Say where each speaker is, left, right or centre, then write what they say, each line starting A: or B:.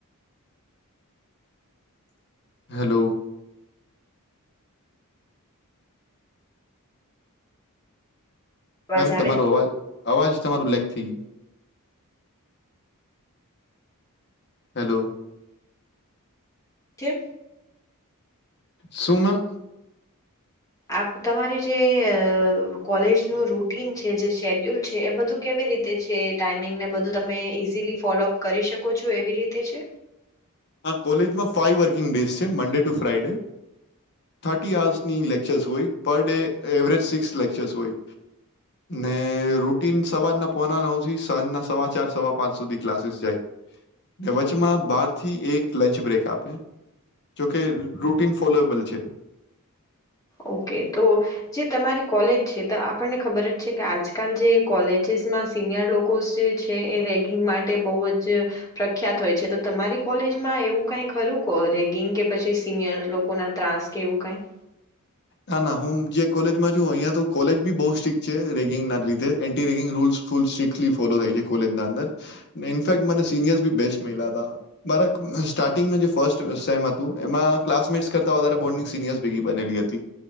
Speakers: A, on the left; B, on the left.
A: હલો.
B: અવાજ
A: મેમ
B: આવે
A: તમારો અવાજ અવાજ તમારું લેક થઈ ગયું હેલો.
B: ઠેમ
A: શું મેમ?
B: આપ તમારી જે અ કોલેજનું રૂટીન છે જે શેડ્યુલ છે એ બધું કેવી રીતે છે ટાઈમિંગને બધું તમે ઈઝીલી ફોલોઅપ કરી શકો છો એવી રીતે છે?
A: હા કોલેજમાં ફાઈવ વર્કિંગ ડેસ છે, મંડે ટુ ફ્રાઈડે, થર્ટી આર્સની લેક્ચર્સ હોય per day average six lectures હોય ને રૂટીન સવારના પોના નવ થી સાંજના સવા ચાર સવા પાંચ સુધી ક્લાસીસ જાય ને વચમાં બાર થી એક લંચ બ્રેક આપે, જોકે રૂટીન ફોલોએબલ છે.
B: ઓ કે તો જે તમારી કોલેજ છે તો આપણને ખબર જ છે કે આજકાલ જે કોલેજિસમાં સિનિયર લોકો જે છે એ રેગિંગ માટે બઉ જ પ્રખ્યાત હોય છે, તો તમારી કોલેજમાં એવું કંઈ ખરું કો રેગિંગ કે પછી સિનિયર લોકોના ત્રાસ કે એવું કાંઈ?
A: ના, ના, હું જે કોલેજમાં છું અઈયા તો કોલેજ બી બઉ સ્ટ્રીક્ટ છે રેગિંગના લીધે anti ragging rules full strictly follow થાય છે કોલેજનાં અંદર ને ઇનફેક્ટ મને સિનિયર્સ બી બેસ્ટ મયલા તા, મારા ક સ્ટાર્ટિંગનું જે ફર્સ્ટ સેમ હતું એમાં ક્લાસમેટ્સ કરતા વધારે બોંન્ડિંગ સિનિયર્સ ભેગી બનેલી અ તી